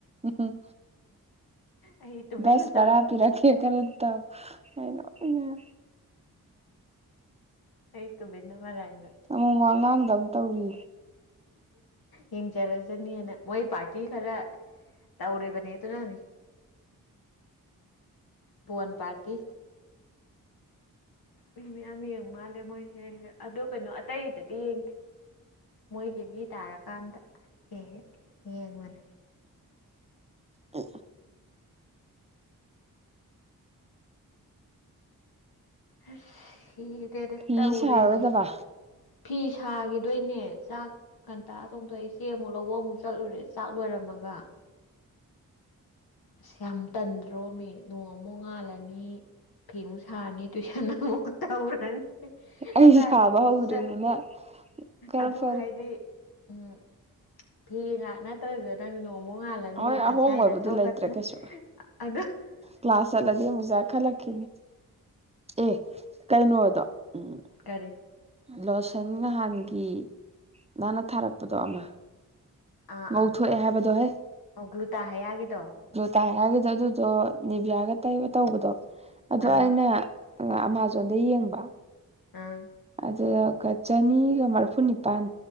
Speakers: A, on the right; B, on the left.
A: ꯎꯝ
B: ꯑꯩ ꯇꯨꯃꯤꯟꯅ
A: ꯁ
B: ꯇꯧ
A: ꯃꯔꯔ ꯍꯥꯤꯔ ꯈꯔꯗ ꯇꯥꯎ ꯍꯅꯣꯏꯉ
B: ꯑꯩ ꯇꯣ ꯦꯅ ꯃꯔꯥꯏ
A: ꯇꯥꯣꯃ ꯑꯉꯥꯡꯗ ꯑꯃꯨ ꯇꯧꯔꯤ
B: ꯌꯦꯡꯖꯔꯖꯅꯤꯅ ꯃꯣꯏ ꯄꯥꯔꯇꯤ ꯈꯔ ꯇꯧꯔꯕꯅꯦ ꯇꯅꯅꯤ ꯚꯣꯟ ꯄꯥꯔꯇꯤ ꯃꯤ ꯃꯌꯥꯝ ꯌꯦꯡꯨ ꯃꯥꯜꯂꯦ ꯃꯣꯏ ꯍꯦ ꯍ ꯑꯗꯨꯣ ꯀꯩꯅꯣ ꯑꯇꯩꯗꯗꯤ ꯌꯦꯡꯗꯦ ꯃꯣꯏꯒꯤ ꯃꯤ ꯇꯥꯔꯀꯥꯟꯗ ꯍꯦ ꯍꯦ ꯌꯦꯡꯕꯅꯤ
A: ꯏ
B: ꯑ ꯁꯤꯗꯦꯗ
A: ꯐꯤ
B: ꯇ ꯎꯔꯤꯦꯁꯤ
A: ꯁꯥꯔꯔꯣꯏꯗꯕ
B: ꯐꯤ ꯁꯥꯈꯤꯗꯣꯏꯅꯦ ꯆꯥꯛ ꯀꯟꯇꯥ ꯇꯣꯡꯊꯣꯛꯏ ꯏꯆꯦ ꯑꯃꯨꯛ ꯂꯧꯕ ꯑꯃꯨꯛ ꯆꯠꯂꯨꯔꯦ ꯆꯥꯛ ꯂꯣꯏꯔꯝꯃꯒ ꯋꯥ ꯑꯁ ꯌꯥꯝ ꯇꯟꯗ꯭ꯔꯣ ꯃꯤ ꯅꯣꯡꯃꯨꯛ ꯉꯥꯜꯂꯅꯤ ꯐꯤꯃꯨꯡ ꯁꯥꯔꯅꯤ ꯇꯨꯋꯏꯁꯟ ꯑꯃ ꯑꯃ ꯇꯧꯔꯅꯤ
A: ꯑꯩ
B: ꯆꯥꯛ
A: ꯁꯥꯕ
B: ꯑꯃꯨꯛ
A: ꯍꯧꯗ꯭ꯔꯤꯕꯅꯤꯅ
B: ꯆ
A: ꯈꯔ
B: ꯑꯗꯣ
A: ꯐꯔꯦ
B: ꯍꯥꯏꯗꯤ ꯎꯝ ꯐꯤꯒꯤ ꯉꯍꯥꯛ ꯅꯠꯇ꯭ꯔꯗꯨꯗ ꯅꯪ ꯅꯣꯡ ꯃꯣꯉꯥꯜꯂꯅꯤ
A: ꯍꯣꯏ
B: ꯉꯁꯥꯏꯅ
A: ꯑꯍꯣꯡꯕꯕꯨꯗꯤ
B: ꯊꯧꯒꯠꯇ
A: ꯂꯩꯇ꯭ꯔꯦ ꯀꯩꯁꯨ
B: ꯑ
A: ꯀ꯭ꯂꯥꯁ ꯆꯠꯂꯗꯤ ꯑꯃꯨꯖꯥ ꯈꯜꯂꯛꯈꯤꯅꯦ ꯑꯦ ꯀꯩꯅꯣꯗꯣ ꯎꯝ
B: ꯀꯔꯦ
A: ꯂꯣꯁꯟ ꯅꯍꯥꯟꯒꯤ ꯅꯥꯅ ꯊꯥꯔꯛꯄꯗꯣ ꯑꯃ
B: ꯑꯥ
A: ꯉꯧꯊꯣꯛꯑꯦ
B: ꯑꯥ
A: ꯍꯥꯏꯕꯗꯣ ꯍꯦ
B: ꯑꯣꯒ꯭ꯂꯨ ꯇ ꯍꯌꯥꯒꯦꯗꯣ
A: ꯇꯥꯏꯔꯒꯗꯤ ꯑꯗꯨꯗꯣ ꯅꯤꯚꯌꯥꯒ ꯇꯩꯕ ꯇꯧꯕꯗꯣ ꯑꯗꯣ
B: ꯑꯥ
A: ꯑꯩꯅ ꯑꯃꯥꯃꯥꯖꯣꯟꯗ ꯌꯦꯡꯕ
B: ꯑꯝ
A: ꯑꯗꯨꯒ ꯆꯅꯤꯒ ꯃꯔꯐꯨ ꯅꯤꯄꯥꯟ